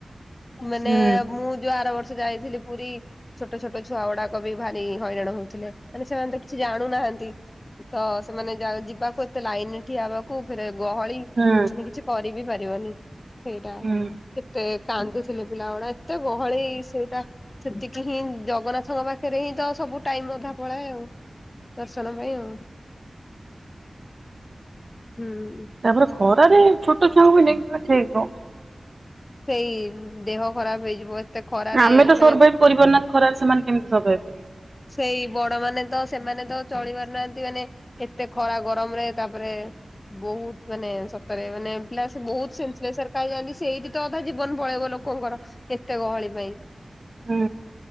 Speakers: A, on the left; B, on the right.
A: ମାନେ
B: ହୁଁ
A: ମୁଁ ଯୋଉ ଆର ବର୍ଷ ଯାଇଥିଲି ପୁରୀ ଛୋଟ ଛୋଟ ଛୁଆ ଗୁଡା କ ବି ଭାରି ହଇରାଣ ହଉଥିଲେ ମାନେ ସେମାନେ ତ କିଛି ଜାଣୁନାହାଁନ୍ତି ତ ସେମାନେ ଯାଉ ଯିବାକୁ ଏତେ ଲାଇନରେ ଠିଆ ହବାକୁ ଫେରେ ଗହଳି
B: ହୁଁ
A: ସେ କିଛି କରିବିି ପାରିବନି। ସେଇଟା
B: ହୁଁ।
A: କେତେ କାନ୍ଦୁଥିଲେ ପିଲା ଗୋଡା ଏତେ ଗହଳି ସେଇଟା ସେତିକି ହିଁ ଜଗନ୍ନାଥଙ୍କ ପାଖରେ ହିଁ ତ ସବୁ ଟାଇମ୍ ଅଧା ପଳାଏ ଆଉ। ଦର୍ଶନ ପାଇଁ ଆଉ ହୁଁ।
B: ତାପରେ ଖରାରେ ଛୋଟ ଛୁଆଙ୍କୁ ବି ନେଇକି ଯିବା ଠିକ୍ ନୁହଁ।
A: ସେଇ ଦେହ ଖରାପ ହେଇଯିବ ଖରାରେ
B: ଆମେ ତ
A: ମାନେ
B: ସର୍ଭାଇଭ୍ କରିବପାରୁନୁ ଖରାରେ ସେମାନେ କେମିତି ସର୍ଭାଇଭ କରିବେ।
A: ସେଇ ବଡ ମାନେ ତ ସେମାନେ ତ ଚଳି ପାରୁନାହାନ୍ତି ମାନେ ଏତେ ଖରା ଗରମରେ ତାପରେ ବହୁତ ମାନେ ସତରେ ମାନେ ପିଲା ସେ ବହୁତ <unintelligible> ଖାନ ସେଇଠି ତ ଅଧା ଜୀବନ ପଳେଇବ ଲୋକ ଲୋକଙ୍କର ଏତେ ଗହଳି ପାଇଁ।
B: ହୁଁ।